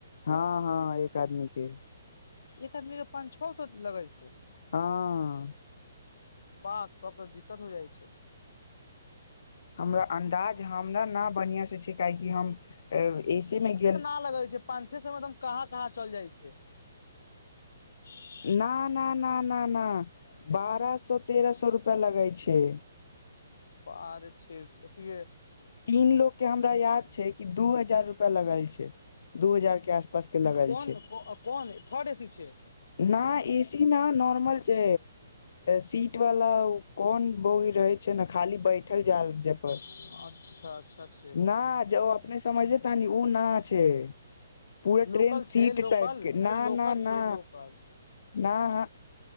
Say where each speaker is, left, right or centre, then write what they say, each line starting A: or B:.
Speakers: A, on the left; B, on the left.
A: हँ हँ एक आदमी के
B: एक आदमी के पांच छओ सौ लगै छै
A: हँ
B: पाक तब तऽ दिक्कत हो जाइ छै
A: हमरा अन्दाज हमरा न बढ़िआ से छै काहेकि हम एसी मे गेल
B: लग होइ छै पाछे से मतलब कहाँ कहाँ चलि जाइ छै <inaudible>
A: ना ना ना ना ना बारह सौ तेरह सौ रुपया लगे छै
B: बारह छे <unintelligible>
A: तीन लोग के हमरा याद छै कि दू हजार रुपआ लगल छै दू हजार के आस पास के लगल
B: कोन
A: छै
B: थर्ड ए सी छै
A: न एसी न नॉर्मल छै सीट वाला कोन बगी रहे छै ने खाली बैठल जाय जाय पर
B: अच्छा अच्छा छै
A: न जे ओ अपने समझलेता ने ओ ना छै पूरा ट्रेन
B: लोकल
A: सीट
B: छै लोकल
A: टाइप के ना
B: अरे लोकल
A: ना ना
B: छै लोकल
A: न ह